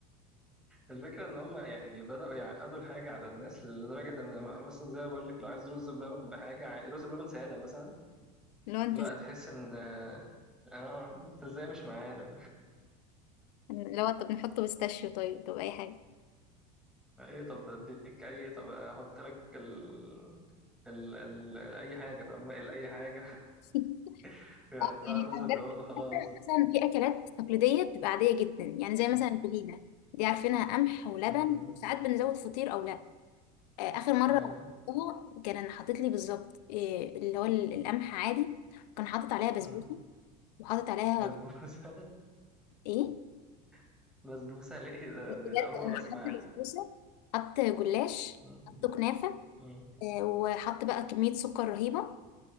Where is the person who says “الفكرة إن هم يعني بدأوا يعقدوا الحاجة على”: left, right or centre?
Centre